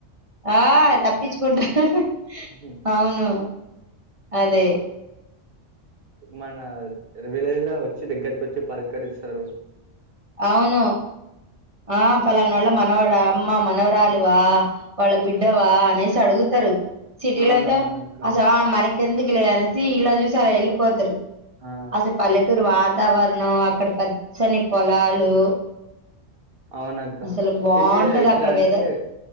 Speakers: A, on the right; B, on the right.
A: ఆ తప్పించుకుంటా. హహ
B: ఉహు.
A: ఔను అదే
B: మనా ర్ విలేజ్ లో వొచ్చి దగ్గరకొచ్చి పలకరిస్సరు.
A: ఔను ఆ పలా మనోళ్ళ మనవడా అమ్మ మన. మనవరాలివా వాళ్ళ బిడ్. టవా అనేసడుగుతరు. సిటీలో
B: అవునవునక్క
A: ఐతే అస ఆ అమ్మాని. ఎందుకులే అనేసి ఇలా జూసి అలా యెళ్ళిపోతరు.
B: ఆ
A: అసల్ పల్లెటూరు వాతావర్ ను అక్కడ పచ్చని పొలాలు
B: ఔనక్క
A: అసలు బాగుంటది
B: సిటీలో ఎట్ల
A: అక్కడ
B: అంటే
A: వెదర్